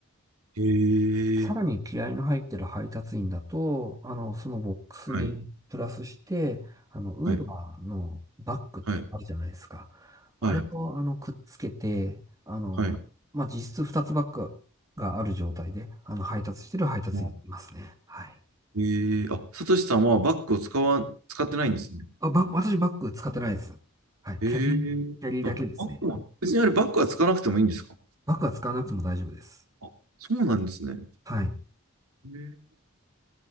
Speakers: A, on the right; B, on the right.
A: へ
B: さらに気合の入ってる配達員だと、
A: え。
B: あの、そのボックスにプラスして、
A: はい。
B: あの、ウーバーのバッグってあるじゃないですか。
A: はい。はい。はい。
B: あれを、あの、くっつけて、あの、
A: はい。
B: まあ、実質2つバッグがある状態で、あの、配達してる配達員いますね。
A: あ
B: はい。
A: へえ。あ、サトシさんはバッグを使わ、使ってないんですね。
B: あ、バ、私バッグ使ってないです。はい。
A: へえ。
B: キャリー、キャリーだけですね。
A: あ、バッグは、別にあれバッグは使わなくてもいいんですか
B: バッグは使わなくても大丈夫です。
A: あ、そうなんですね。
B: はい。
A: へえ。